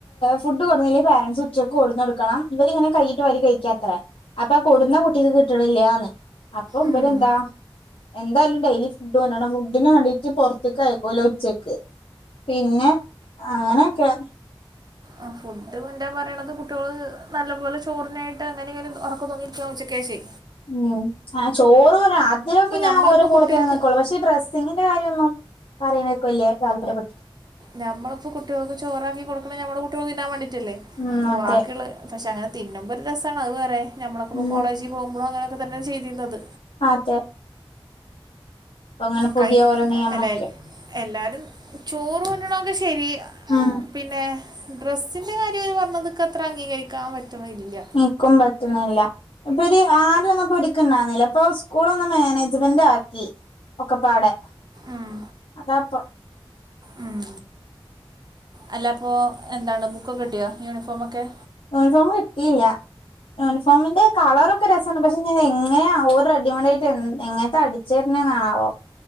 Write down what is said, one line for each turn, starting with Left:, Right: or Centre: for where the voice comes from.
Left: ഫുഡ് കൊണ്ടന്നില്ലേ പാരൻറ്സ് ഉച്ചയ്ക്ക് കൊണ്ടന്ന് കൊടുക്കണം ഇവരി ഇങ്ങനെ കൈയിട്ട വാരി കഴിക്കാത്രേ അപ്പൊ കൊടുന്ന കുട്ടിക്ക് കിട്ടണില്ലന്ന് അപ്പൊ
Right: ഉം
Left: ഇ്പില എന്താ എന്തായാലും ഡെയിലി ഫുഡ് വേണം ഫുഡിനു വേണ്ടി പൊറത്തേക്ക് ആയക്കൂല്ല ഉച്ചക്ക് പിന്നെ അങ്ങനെയൊക്കെ
Right: ആഹ് ഫുഡ് കൊണ്ടുവരാൻ പറയണത് കുട്ടികള് നല്ല പോലെ ചോറിനായിട്ട് ഇപ്പം എങ്ങനെങ്ങനും ഉറക്കം തൂങ്ങിയിരിക്കും ഉച്ചക്ക് ശേഷേ
Left: ഉം, ആ ചോറ് അദ്യക്കെ ഞാൻ
Right: ഞമ്മളിപ്പോ
Left: ഓര കൂടെത്തേെ
Right: കുട്ടികൾക്ക്
Left: നിൽക്കുള്ളൂ പക്ഷേ ഡ്രസ്സിങ്ങിന്റെ കാര്യമൊന്നും പറയുന്നത് ഒക്കെ വലിയ താല്പര്യപ്പെട്ട
Right: നമ്മളിപ്പോ കുട്ടികൾക്ക് ചോറാക്കി കൊടുക്കണ നമ്മുടെ കുട്ടികൾക്ക് തിന്നാൻ വേണ്ടിയിട്ടല്ലേ
Left: ഉം
Right: അപ്പോ
Left: അതെ
Right: ബാക്കിയുള്ള പക്ഷെ അങ്ങനെ തിന്ന്മ്പോ ഒരു രസമാണ്, അത് വേറെ നമ്മളൊക്കെ ഇപ്പോ
Left: ഉം
Right: കോളേജിൽ പോകുമ്പോളും അങ്ങനെയൊക്കെ തന്നെ ചെയ്തിരുന്നത്
Left: ആതെ അങ്ങനെ പുതിയ
Right: കൈ
Left: ഓരോ നിയമമൊക്കെ
Right: അല്ല എല്ലാരും ചോറ് കൊണ്ട് വരണെങ്കി ശെരി
Left: ഉം
Right: പിന്നെ ഡ്രസ്സിൻ്റെ കാര്യം അവർ പറഞ്ഞതക്കെ അത്ര അംഗീകരിക്കാൻ പറ്റുന്നില്ല.
Left: നമുക്കും പറ്റുന്നില്ല, ഇപ്പൊര് ആരവന്നപ്പോ ഉക്ക്ണ്ടന്നില്ല അപ്പൊ സ്കൂള് ഒന്ന് മാനേജ്മെന്റ് ആക്കി ഒക്കെപ്പാടെ
Right: ഉം
Left: അതാപ്പോ
Right: ഉം, അല്ല അപ്പോൾ എന്താണ് ബുക്കൊക്കെ കിട്ടിയാ, യൂണിഫോമൊക്കെ.
Left: യൂണിഫോം കിട്ടിയില്ല യൂണിഫോമിന്റെ കളറൊക്കെ രസുണ്ട്, പക്ഷെ ഞാൻ എങ്ങനെ ഓ റെഡിമേട് ആയിട്ട് എങ്ങനെ ചേരിനെന്നാണാവോ